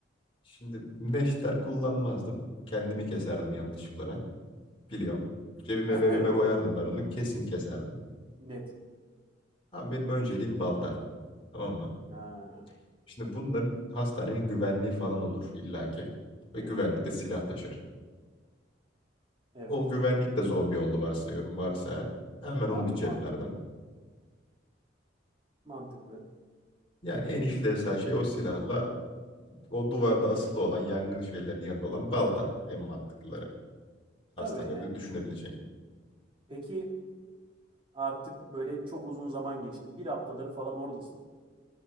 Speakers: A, on the left; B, on the right.
A: Şimdi neşter kullanmazdım. Kendimi keserdim yanlışlıkla ben. Biliyorum. Cebime
B: <laughs>
A: mebime
B: Evet olabilir.
A: koyardım ben onu. Kesin keserdim.
B: Net.
A: Ama benim önceliğim balta. Tamam mı?
B: Ha,
A: Şimdi bunların hastanenin güvenliği falan olur illaki. Ve
B: evet.
A: güvenlik de silah taşır.
B: Evet.
A: O güvenlik de zombi oldu varsayıyorum varsa eğer. Hemen
B: Tamam
A: onu bir ceplerdim.
B: mantıklı. Mantıklı.
A: Yani en işlevsel şey o silahla o duvarda asılı olan yangın şeylerinin yanında olan balta en mantıklıları. Hastanede
B: Tabii, yani.
A: düşünebileceğim.
B: Peki, artık, böyle, çok uzun zaman geçti. bir haftadır falan oradasın.